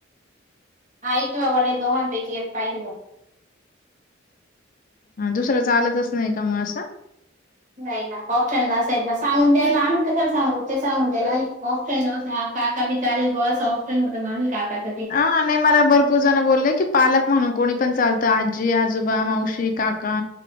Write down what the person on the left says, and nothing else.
दुसर चालतच नाही का मग असं?
आ नाही मला भरपूर जण बोललं की पालक म्हणून कोणी पण चालतं आजी आजोबा मावशी काका